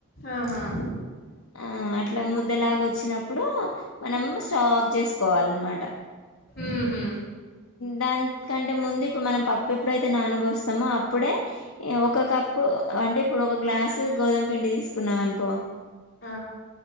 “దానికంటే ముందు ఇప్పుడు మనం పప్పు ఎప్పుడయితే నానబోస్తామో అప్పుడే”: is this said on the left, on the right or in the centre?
Left